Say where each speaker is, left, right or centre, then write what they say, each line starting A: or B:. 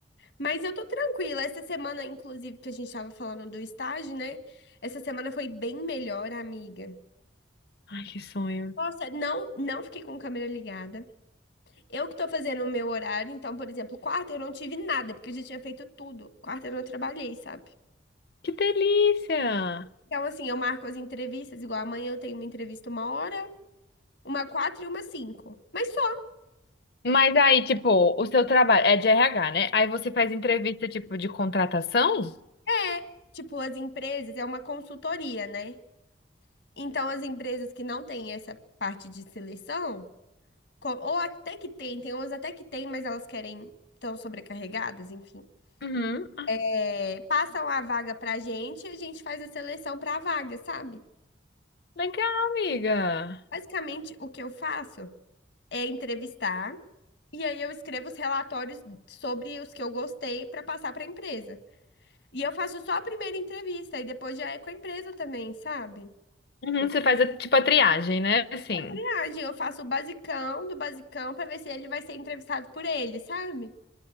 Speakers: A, on the left; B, on the left.
A: Mas eu tô tranquila. Essa semana, inclusive, que a gente tava falando do estágio, né? Essa semana foi bem melhor, amiga.
B: Ai, que sonho.
A: Nossa, não, não fiquei com câmera ligada. Eu que tô fazendo o meu horário, então, por exemplo, quarta eu não tive nada, porque eu já tinha feito tudo. Quarta eu não trabalhei, sabe?
B: Que delícia!
A: Então, assim, eu marco as entrevistas, igual amanhã eu tenho uma entrevista uma hora, uma quatro e uma cinco. Mas só.
B: Mas aí, tipo, o seu trabalho é de RH, né? Aí você faz entrevista, tipo, de contratação?
A: É, tipo, as empresas, é uma consultoria, né? Então, as empresas que não têm essa parte de seleção. Co- Ou até que tem, tem umas até que tem, mas elas querem, estão sobrecarregadas, enfim.
B: Uhum. Ah,
A: É, passam a vaga pra gente e a gente faz a seleção pra vaga, sabe?
B: Legal, amiga.
A: Basicamente, o que eu faço é entrevistar e aí eu escrevo os relatórios sobre os que eu gostei pra passar pra empresa. E eu faço só a primeira entrevista e depois já é com a empresa também, sabe?
B: Uhum, Uhum. você faz, a- tipo, a triagem, né? Assim,
A: A triagem, eu faço o basicão do basicão pra ver se ele vai ser entrevistado por ele, sabe?